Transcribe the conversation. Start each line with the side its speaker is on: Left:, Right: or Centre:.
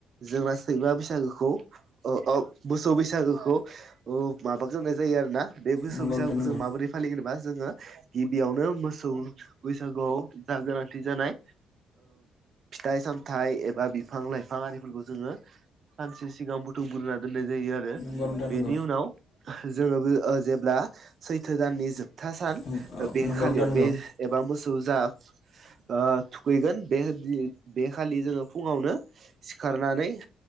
Right: जोंना सैमा बैसागोखौ औ औ मोसौ बैसागोखौ माबाग्रोनाय जायो आरो ना। बे मोसौ
Left: नंगौ
Right: बैसागुखौ
Left: नोंथां नंगौ
Right: जों मोरै फलियो होनोबा जोङो गिबियावनो मोसौ बैसागुआव जा गोनांथि जानाय फिथाइ सामथाइ एबा बिफां लाइफां आरिफोरखौ जोङो सानसे सिगां बुथुम ग्रोना दोननाय जायो आरो। बेनि
Left: नंगौ नोंथां नंगौ
Right: उनाव जोङो बे जेब्ला सैथो दाननि जोबथा सान
Left: नंगौ
Right: बे खालि
Left: नोंथां नंगौ
Right: बे एबा मोसौ जा ओ थुखैगोन बे बि बे खालि जोङो फुङावनो सिखारनानै